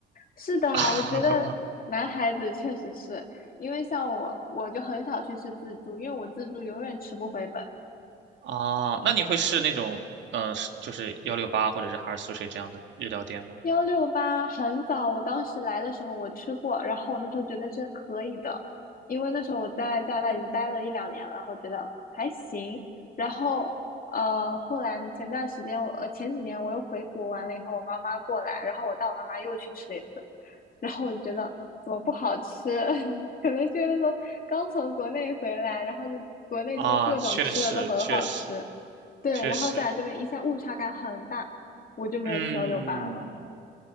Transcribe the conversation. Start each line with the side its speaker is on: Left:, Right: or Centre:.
Left: 是的，
Right: <laughs>
Left: 我觉得男孩子确实是因为像我，我就很少去吃自助，因为我自助永远吃不回本。
Right: 啊，那你会试那种，呃，是就是幺六八或者是哈尔苏水这样的日料店吗？
Left: 幺六八很早，我当时来的时候我吃过，然后我那时候觉得是可以的，因为那时候我在加拿大已经待了一两年了，然后觉得还行。然后呃，后来呢，前段时间我呃前几年我又回国完了以后，我妈妈过来，然后我带我妈妈又去吃了一次，然后我就觉得怎么不好吃，<laughs> 可能是因为那时候刚从国内回来，然后就国内就是各种吃的都很好吃，
Right: 啊，确实，确实，
Left: 对，
Right: 确实，
Left: 然后再来这边一下误差感很大，我就没有去幺六八了。
Right: 嗯，